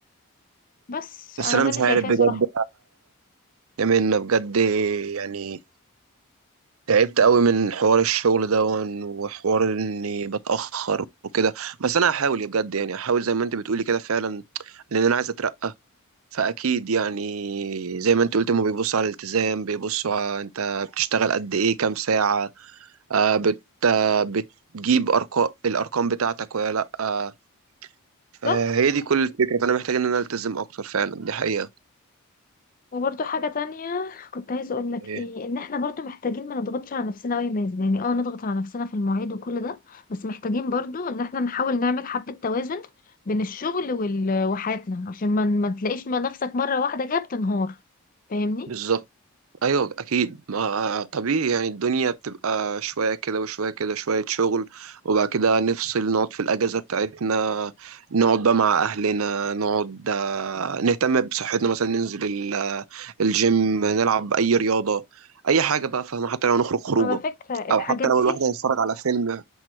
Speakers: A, on the left; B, on the right.
A: بس
B: بس
A: انا
B: انا
A: ده
B: مش
A: اللي شايفاه
B: عارف بجد
A: صراحة
B: يا منى بجد يعني تعبت قوي من حوار الشغل ده وإن- وحوار اني بتأخر وكده بس انا هحاول يا بجد يعني هحاول زي ما انت بتقولي كده فعلا لان انا عايز اترقى فاكيد يعني زي ما انت قلت ما بيبصوا على الالتزام بيبصوا على انت بتشتغل قد ايه كام ساعة آه بت آه بتجيب ارقام الارقام بتاعتك ولا لا آه فهي
A: بالظبط
B: دي كل الفكرة فانا محتاج ان انا التزم اكتر فعلا دي حقيقة
A: وبرضه حاجة تانية كنت عايزة اقول لك
B: إيه،
A: ايه ان احنا برضه محتاجين ما نضغطش على نفسنا أوي يا مازن يعني اه نضغط على نفسنا في المواعيد وكل ده بس محتاجين برضه ان احنا نحاول نعمل حبة توازن بين الشغل وال... وحياتنا عشان ما ما تلاقيش ما نفسك مرة واحدة كده بتنهار فاهمني
B: بالظبط ايوه اكيد ما طبيعي يعني الدنيا بتبقى شويه كده وشويه كده شويه شغل وبعد كده نفصل نقعد في الاجازه بتاعتنا نقعد بقى مع اهلنا نقعد آه، نهتم بصحتنا مثلا ننزل ال- آه، الجيم نلعب اي رياضه اي حاجه بقى فاهمه حتى لو نخرج خروجه
A: على فكرة الحاجات
B: او حتى لو
A: دي
B: الواحد هيتفرج على فيلم